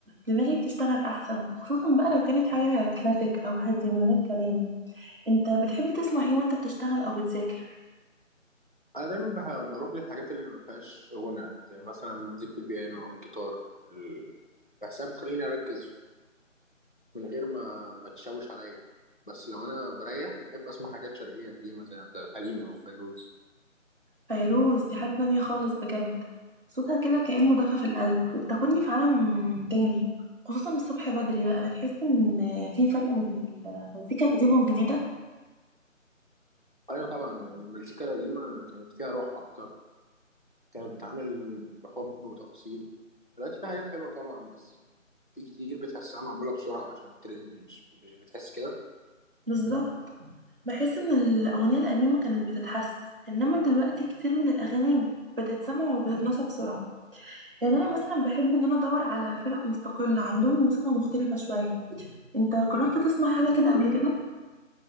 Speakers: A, on the right; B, on the left.
A: دماغي بتشتغل أحسن خصوصا بقى لو كانت حاجة كلاسيك أو هادية من غير كلام أنت بتحب تسمع إيه وأنت بتشتغل أو بتذاكر؟
B: أنا دايما بح- بروح للحاجات اللي ما فيهاش غنى زي مثلا مزيكة البيانو أو الجيتار ال- بحسها بتخليني أركز من غير ما ما تشوش عليا بس لو أنا بريح بحب أسمع حاجات شرقية قديمة زي عبد الحليم أو فيروز
A: فيروز دي حاجة تانية خالص بجد صوتها كده كأنه دفى في القلب وبتاخدني في عالم تاني خصوصا الصبح بدري بقى بتحس ان في فرق بين المزيكا القديمة والجديدة
B: أيوة طبعا يعني المزيكا القديمة كانت فيها روح أكتر كانت بتعامل بحب وتفاصيل دلوقتي في حاجات حلوة طبعا بس في كتير بتحسها معمولة بسرعة عشان الترند مش مش بتحس كده
A: بالظبط بحس ان الأغنية القديمة كانت بتتحس انما دلوقتي كتير من الأغاني بتتسمع وبتتنسى بسرعة يعني انا مثلا بحب ان انا ادور على فرق مستقلة عندهم موسيقى مختلفة شوية انت جربت تسمع حاجة كده قبل كده؟